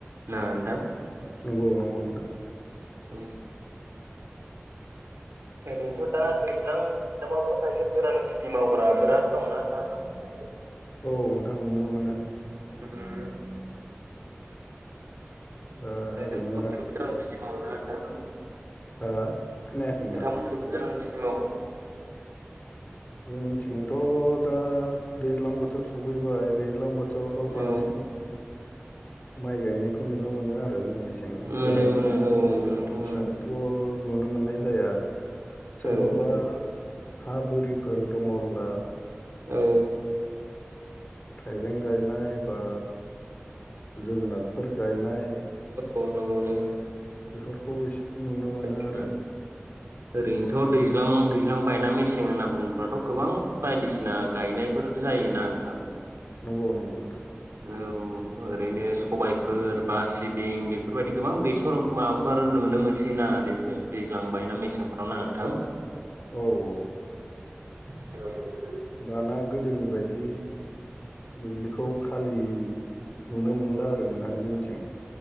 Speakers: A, on the right; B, on the left.
A: ना नोंथां?
B: नंगौ नंगौ नोंथां।
A: उम। ओरैनोथ दा दैज्लां दैज्लांवावबोथ खायसे गोरान खिथि मावग्रा बिराद दंना नोंथां?
B: औ नोंथां नुनो मोनो।
A: <unintelligible>
B: दा ओरैनो
A: नों <unintelligible>
B: हो खोनायाखै
A: नोंथांमोनखैबो
B: नोंथां
A: <unintelligible>
B: जोंथिं थिंथ' दा दैज्लां बोथोर सफैबाय दैज्लां बो थोरावथ' बांसिन
A: औ
B: माइ गायनायखौ नुनो मोनो आरो जोंनिथिं।
A: मोनो
B: गोरान
A: मोनो
B: खेथिखौ
A: औ नोंथां मोनो
B: एसांथ' नुनो मोननाय जाया। सोरबाबा
A: औ
B: हा बोरिफोर दङब्ला
A: औ
B: थाइबें गायनाय बा जोगोनारफोर गायनाय
A: औ नंगौ नंगौ
B: बेफोरखौ एसे नुनो मोनो
A: <unintelligible>
B: आरो
A: ओरैनोथ दैज्लां दैज्लां बायना मेसें होनना बुङोब्लाथ गोबां बायदिसिना गायनायफोर जायोना नोंथां?
B: नंगौ नंगौ नोंथां।
A: औ ओरैनो सबायफोर बा सिबिं बेफोरबायदि गोबां बेसर माबाफोर नुनो मोनसै सैना दै-दैज्लां बायना मेसेंफ्राव ना नोंथां?
B: औ औ
A: औ
B: दाना गोदोनि बायदि दुब्लिखौ खालि नुनो मोनला आ रो नोंथां जोंनिथिं।